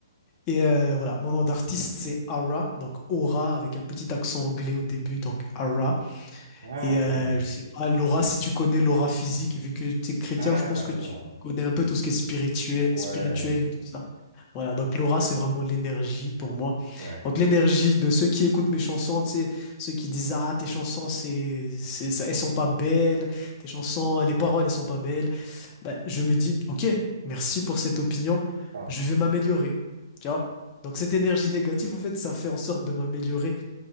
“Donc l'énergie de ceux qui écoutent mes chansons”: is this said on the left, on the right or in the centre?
Left